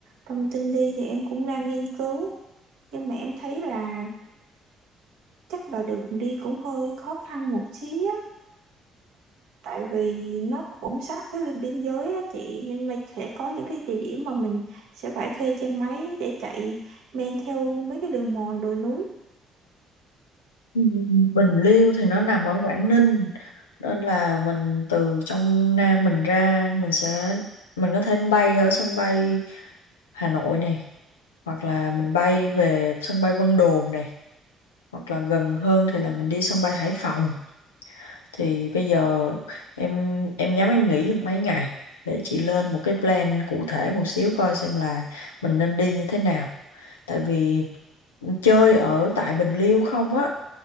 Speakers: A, on the right; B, on the left.
A: thông tin đi thì em cũng đang nghiên cứu nhưng mà em thấy là chắc là đường đi cũng hơi khó khăn một xíu á tại vì nó cũng sát với bên biên giới á chị nên mình sẽ có những cái địa điểm mà mình sẽ phải thuê xe máy để chạy men theo mấy cái đường mòn đồi núi
B: Ừ. Bình Liêu thì nó nằm ở Quảng Ninh nên là mình từ trong Nam mình ra mình sẽ mình có thể bay ở sân bay Hà Nội này hoặc là mình bay về sân bay Vân Đồn này hoặc là gần hơn thì là mình đi sân bay Hải Phòng thì bây giờ em em nhắm em nghỉ được mấy ngày để chị lên một cái plan cụ thể một xíu coi xem là mình nên đi như thế nào tại vì chơi ở tại Bình Liêu không á